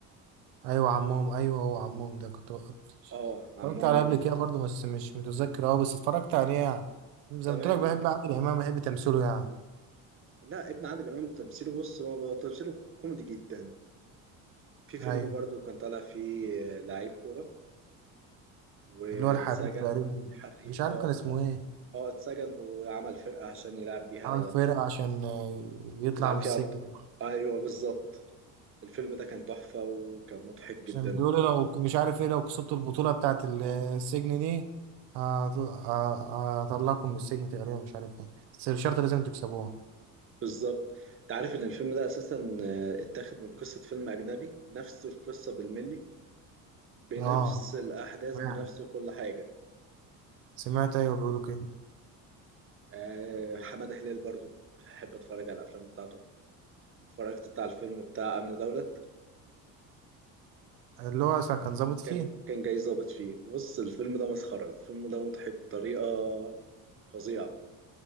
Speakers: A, on the right; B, on the right.
A: ايوه عمهم ايوه هو عمهم ده كنت بق-
B: اه
A: اتفرجت
B: عمهم
A: عليه قبل كده برضه بس مش متذكر اه بس اتفرجت عليه يعني زي
B: تمام
A: ما قلت لك بحب عادل امام بحب تمثيله يعني
B: لا ابن عادل إمام تمثيله بص ما بقى تمثيله كوميدي جدا في فيلم
A: ايوه
B: برضو كان طالع فيه لعيب كورة واتسجن
A: اللي هو الحريف تقريبا
B: الحريق
A: مش عارف
B: اه
A: كان اسمه ايه
B: اه اتسجن وعمل فرقة عشان يلعب بيها
A: عامل فرقة عشان آه، يطلع
B: يلعب
A: من
B: فيها
A: السجن
B: أبطال ايوه بالظبط الفيلم ده كان تحفة وكان مضحك جدا
A: عشان بيقولوا لو ك- مش عارف ايه لو كسبت البطولة بتاعت ال- السجن دي هط- ه- هطلعكم من السجن تقريبا مش عارف ايه بس الشرط لازم تكسبوها
B: بالظبط انت عارف ان الفيلم ده اساسا آه، اتاخد من قصة فيلم اجنبي نفس القصة بالملي بنفس
A: اه
B: الأحداث
A: يعني
B: بنفس كل حاجة
A: سمعت ايوه بيقولوا كده
B: آه، حمادة هلال برضو بحب أتفرج على الأفلام بتاعته اتفرجت بتاع الفيلم بتاع أمن دولت
A: اللي هو كان ظابط فيه
B: كان كان جاي ظابط فيه بص الفيلم ده مسخرة الفيلم ده مضحك بطريقة فظيعة